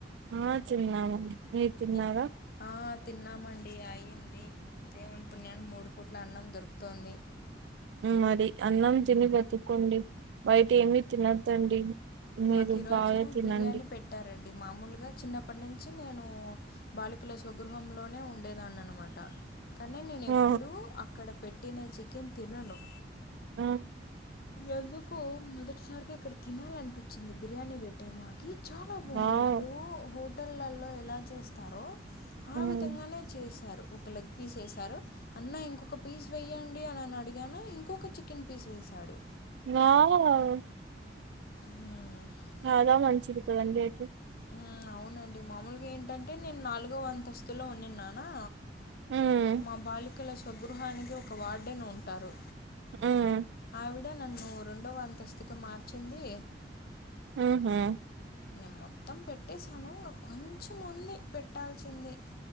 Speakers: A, on the right; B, on the left.
A: ఆ తిన్నామ్ మీర్ తిన్నార
B: ఏ- ఆ తిన్నామండి అయింది దేవుని పుణ్యాన మూడు పూట్ల అన్నం దొరుకుతోంది
A: మరి అన్నం తిని బతుకోండి బయట ఏమి తినద్దండి మీరు
B: మాకు ఈరోజు
A: బాగా తినండి
B: బిర్యానీ పెట్టారండి మామూలుగా చిన్నప్పటి నుంచి నేను బాలికల స్వగృహంలోనే ఉండేదాని అన్నమాట కానీ నేను
A: ఆ
B: ఎప్పుడూ అక్కడ పెట్టిన చికెన్ తినను
A: ఉ
B: ఎందుకొ మొదటిసారిగా ఇక్కడ తినాలనిపించింది బిర్యానీ బెట్టారు మా కి చాలా బాగుంది
A: వావ్
B: ఇప్పుడు హోటళ్లలో ఎలా చేస్తారో
A: హ్మ్.
B: ఆ విధంగానే చేశారు ఒక లెగ్ పీస్ వేేశారు అన్న ఇంకొక పీస్ వేయ్యండి అని అని అడిగాను ఇంకొక చికెన్ పీస్ వెసాడు
A: నాలను
B: అ
A: బాగామంచిది కదండిఐతే
B: ఊ అవునండి మాములుగా ఏంటంటే నేను నాలుగో అంతస్తులో వున్నిన్నానా
A: హ్మ్
B: మా బాలికల స్వగృహనికి ఒక వార్డెన్ ఉంటారు
A: హ్మ్
B: ఆవిడ నన్ను రెండో అంతస్తుకి మార్చింది
A: ఉహు
B: నేన్ మొత్తం పెట్టేేశాను కొంచెం ఉంది పెట్టాల్సింది